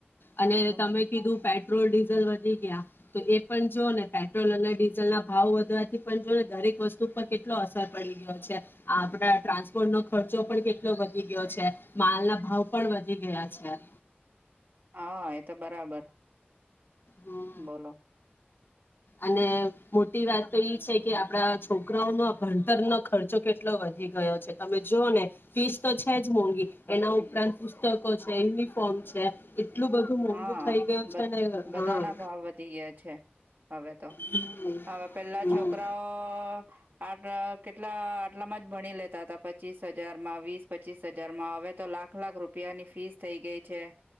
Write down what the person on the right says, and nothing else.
તો
હા એ તો બરાબર.
બોલો.
હા
બ
બધાના
ભાવ વધી ગયા છે. હવે તો
હવે પેલા
છોકરાઓ આટ કેટલા આટલામાં જ ભણી લેતા હતા, પચીસ હજારમાં વીસ પચીસ હજારમાં હવે તો લાખ લાખ રૂપિયાની ફીસ થઈ ગઈ છે,